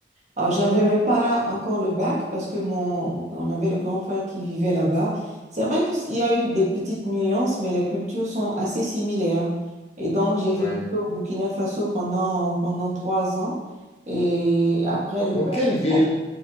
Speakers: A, on the right; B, on the left.
A: Alors, j'avais même pas encore le bac parce que mon, on avait le grand frère qui vivait là-bas. C'est vrai qu'il y a une, des petites nuances, mais les cultures sont assez similaires. Et donc, j'ai
B: Ouais.
A: vécu au Burkina Faso pendant, pendant trois ans. Et après le
B: Dans
A: bac,
B: quelle ville?
A: bon,